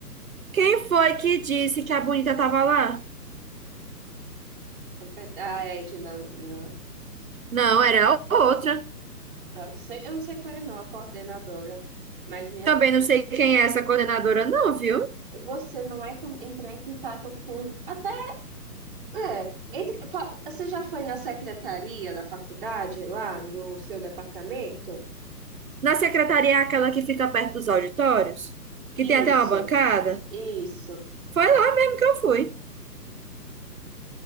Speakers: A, on the right (about 55°); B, in the centre.
A: Quem foi que disse que a bonita tava lá?
B: com pe- a Edna, não,
A: Não, era a outra.
B: eu não sei, eu não sei qual é não, a coordenadora, mas minha
A: Também
B: filha.
A: não sei quem é essa coordenadora, não, viu?
B: Você não é com- entrar em contato com até É, entre, fa- você já foi na secretaria da faculdade, lá no seu departamento?
A: Na secretaria, é aquela que fica perto dos auditórios, que tem até
B: Isso,
A: uma bancada.
B: isso.
A: Foi lá mesmo que eu fui.